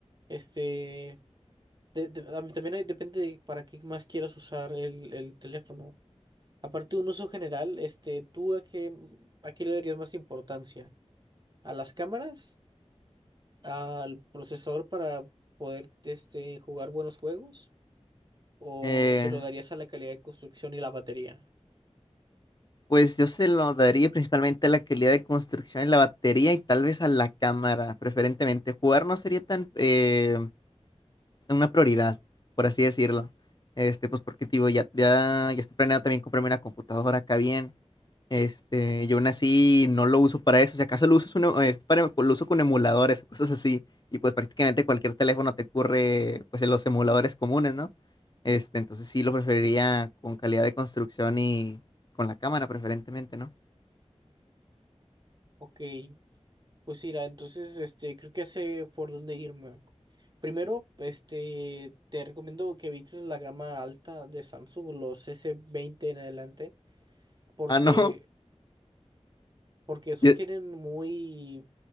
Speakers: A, on the right; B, on the left.
A: Este, de- de- a mí también hay- depende de para qué más quieras usar el, el teléfono. Aparte de un uso general, este, ¿tú a qué, a qué le darías más importancia? ¿A las cámaras? ¿Al procesador para poder, este, jugar buenos juegos? ¿O
B: Eh,
A: se lo darías a la calidad de construcción y la batería?
B: pues yo se lo daría principalmente a la calidad de construcción en la batería y tal vez a la cámara, preferentemente. Jugar no sería tan eh, una prioridad, por así decirlo. Este, pues porque te digo, ya, ya, ya estoy planeado también comprarme una computadora acá bien. Este, yo aún así no lo uso para eso. Si acaso lo uso, es un em- es para, lo uso con emuladores o cosas así. Y pues prácticamente cualquier teléfono te ocurre pues en los emuladores comunes, ¿no? Este, entonces sí lo preferiría con calidad de construcción y con la cámara preferentemente, ¿no?
A: Ok, pues mira, entonces este creo que sé por dónde irme. Primero, este te recomiendo que evites la gama alta de Samsung, los s veinte en adelante, porque
B: Ah, no. <laughs>
A: porque esos
B: Ye-
A: tienen muy